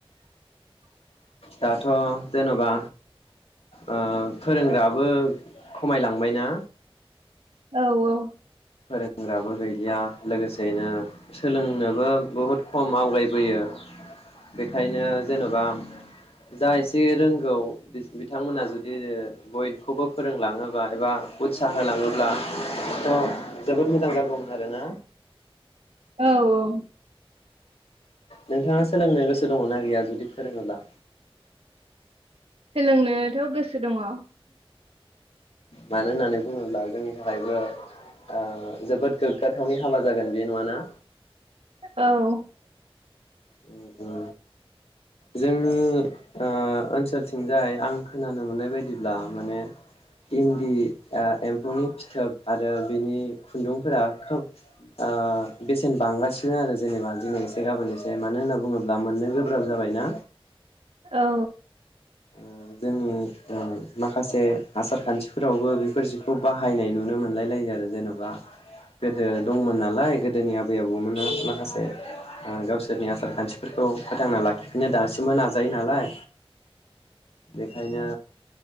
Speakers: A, on the left; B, on the right.
A: दाथ' जेन'बा ओ फोरोंग्राबो खमायलांबायना।
B: औ औ
A: फोरोंग्राबो गैलिया लोगोसेनो सोलोंनोबो बहुद खम आवगायबोयो बेखायनो जेन'बा जा एसे रोंगौ बिथांमोना जुदि बयखौबो फोरोंलाङोब्ला एबा उत्साह होलाङोब्ला थ' जोबोद मोजां जागौमोन आरो ना।
B: औ औ
A: नोंथाङा सोलोंनो गोसो दङना गैया जुदि फोरोङोब्ला
B: सोलोंनोथ' गोसो दङ'
A: मानो होनानै बुङोब्ला जोंनि थाखायबो ओ जोबोद गोग्गाथावनि हाबा जागोन बि नङाना
B: औ
A: उम उम जोंनि ओ ओन्सोलथिंजाय आं खोनानो मोननाय बायदिब्ला माने इन्दि एम्फौनि फिथोब आरो बिनि खुन्दुंफोरा खोब ओ बेसेन बांगासिनो आरो जेनेबा दिनै एसे गाबोन एसे मानो होनना बुङोब्ला मोननो गोब्राब जाबायना
B: औ
A: उम जोंनि ओ माखासे आसार खान्थिफोरावबो बेफोर जिखौ बाहायनाय नुनो मोनलाय लायो आरो जेन'बा गोदो दंमोन नालाय गोदोनि आबै आबौमोना माखासे ओ गावसोरनि आसार खान्थिफोरखौ फोथांना लाखिफिनो दासिमबो नाजायो नालाय बेखायनो